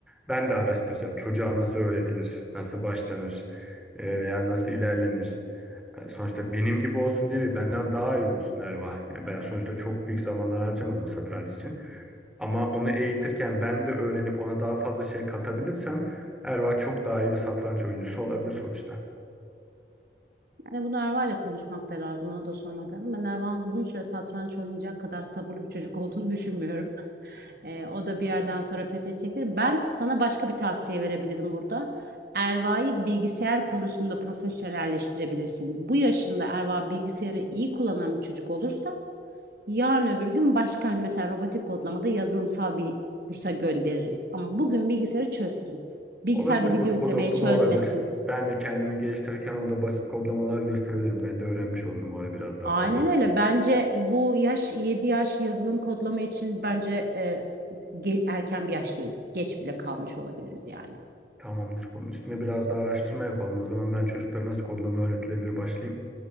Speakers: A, in the centre; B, on the right.
A: Ben de araştıracağım. Çocuğa nasıl öğretilir, nasıl başlanır e, veya nasıl ilerlenir. E, Sonuçta benim gibi olsun diye değil, benden daha iyi olsun Erva. Yani ben sonuçta çok büyük zamanlar harcamadım satranç için. Ama onu eğitirken ben de öğrenip ona daha fazla şey katabilirsem Erva çok daha iyi bir satranç oyuncusu olabilir sonuçta.
B: Hani bunu Erva'yla konuşmak da lazım. Ona da sormak lazım. Ben Erva'nın uzun süre satranç oynayacak kadar sabırlı bir çocuk olduğunu düşünmüyorum. <laughs> Ee, o da bir yerden sonra pes edecektir. Ben sana başka bir tavsiye verebilirim burada. Erva'yı bilgisayar konusunda profesyonelleştirebilirsin. Bu yaşında Erva bilgisayarı iyi kullanan bir çocuk olursa yarın öbür gün başka hani mesela robotik kodlamada yazılımsal bir kursa göndeririz. Ama bugün bilgisayarı çözsün. Bilgisayarda
A: Olabilir.
B: video
A: Bu, da-
B: izlemeye
A: bu da bu
B: çözmesin.
A: da olabilir. Ben de kendimi geliştirirken ona basit kodlamalar gösterebilirim. Ben de öğrenmiş olurum o ara biraz daha
B: Aynen
A: fazla belki.
B: öyle. Bence bu yaş 7 yaş yazılım kodlama için bence e, ge- erken bir yaş değil. Geç bile kalmış olabiliriz yani.
A: Tamamdır. Bunun üstüne biraz daha araştırma yapalım. O zaman ben çocuklara nasıl kodlama öğretilebilir başlayayım.